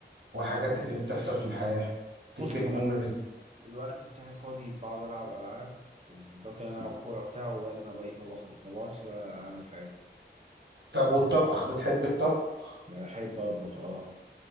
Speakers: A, on the right; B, on the right.
A: وحاجاتك اللي بتحصل في الحياة
B: بص
A: تكتب
B: انا
A: ممل
B: الوقت بتاعي الفاضي بقعد العب العاب وممكن العب كوره بتاع وبقينا بقيت ما بخرج ما بقعدش بقى اعمل حاجات دي
A: طب والطبخ بتحب الطبخ
B: لا، بحب اطبخ اه